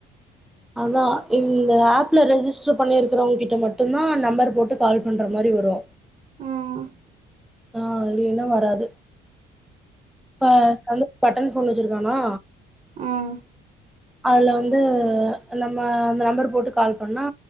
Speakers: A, in the centre; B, on the right (about 45°).
A: அதா இந்த ஆப்பி ரெஜிஸ்டர் பண்ணியிருக்கறவங்க கிட்ட மட்டுந் தா நம்பர் போட்டு கால் பண்ணுற மாரி வரு
B: ஆ ஆ
A: ஆ இல்லேனா வராது ஆ பட்டன் போனு வெச்சிருக்கானா
B: ஆனா
A: அதி வந்து நம்ம அந்த நம்பர் போட்டு கால் பண்ணா